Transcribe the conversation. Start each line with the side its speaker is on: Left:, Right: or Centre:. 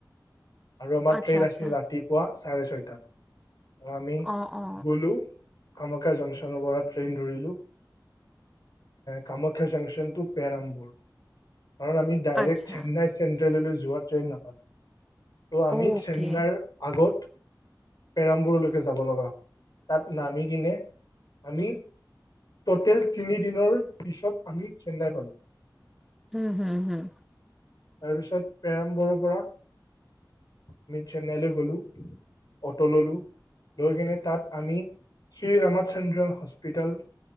Left: আৰু আমাৰ
Centre: আচ্ছা
Left: ট্ৰেইন
Centre: আচ্ছা
Left: আছিলো ৰাতিপুৱা। চাৰে ছয়টাত। আমি
Centre: অ অ
Left: গ'লো। কামাখ্যা জংছনৰ পৰাত ট্ৰেইন ধৰিলো কামাখ্যা জংছন টু পেৰামবুৰ। কাৰণ আমি ডাইৰেক্ট
Centre: আচ্ছা
Left: চেন্নাই চে চেন্ট্ৰেললৈ যোৱা ট্ৰেইন নাপালোঁ। ত' আমি
Centre: অ'কে
Left: চেন্নাৰ আগত। পেৰমবোৰলৈকে যাব লগা হয় তাত নামি কিনে আমি। ট'টেল তিনিদিনৰ পিছত আমি চেন্নাই পালো।
Centre: হম- হম -হম
Left: তাৰপিছত প্ৰেৰামবৰ পৰা আমি চেন্নাইলৈ গলো অট ললো লৈ কিনে তাত আমি শ্ৰীৰামাচন্দ্ৰ হস্পিতাল